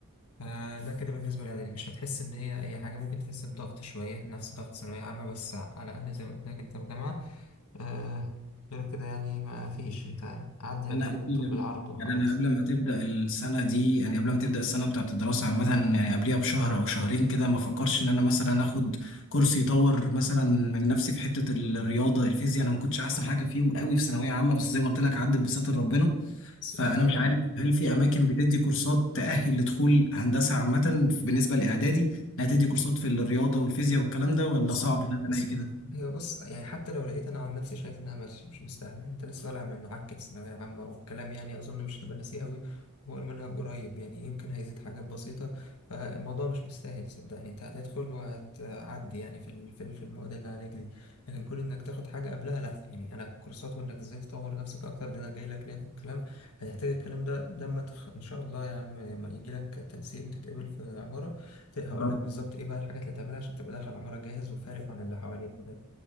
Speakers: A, on the left (about 80°); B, on the left (about 60°).
A: آه ده كده بالنسبة للإعدادي مش هتحس إن هي أي حاجة ممكن تحس بضغط شوية نفس ضغط ثانوية عامة بس على الأقل زي ما قلت لك أنت في جامعة آه غير كده يعني ما فيش انت عدي اعدادي
B: أنا قبل
A: بالطول بالعرض وخلاص
B: يعني أنا قبل ما تبدأ السنة دي يعني قبل ما تبدأ السنة بتاعة الدراسة عامة يعني قبليها بشهر أو شهرين كده ما فكرش إن أنا مثلا آخد كورس يطور مثلا من نفسي في حتة الرياضة الفيزياء أنا ما كنتش أحسن حاجة فيهم قوي في ثانوية عامة بس زي ما قلت لك عدت بستر ربنا
A: بس
B: فأنا
A: لا لا،
B: مش عارف هل
A: مش
B: في أماكن بتدي كورسات تأهل لدخول هندسة عامة بالنسبة لإعدادي إنها تدي كورسات في الرياضة والفيزياء والكلام ده ولا
A: بص
B: صعب إن أنا
A: بص
B: ألاقي كده
A: هي بص يعني حتى لو لقيت انا عن نفسي شايف انها مش مش مستاهله انت لسه طالع من عكه ثانويه عامه والكلام يعني اظن مش هتبقى ناسيه قوي هو المنهج قريب يعني يمكن هيزيد حاجات بسيطه فالموضوع مش مستاهل صدقني انت هتدخل وهتعدي يعني في ال- في ال- في المواد اللي عليك دي لكن كون انك تاخد حاجه قبلها لا يعني انا الكورسات وانك ازاي تطور نفسك اكتر ده انا جاي لك ليه في الكلام هتحتاج الكلام ده لما تخ... ان شاء الله يا عم ما يجي لك تنسيق وتتقبل في عماره هقول
B: يا رب
A: لك بالظبط ايه بقى الحاجات اللي تعملها عشان تبقى داخل عمارة جاهز وفارق عن اللي حواليك بجد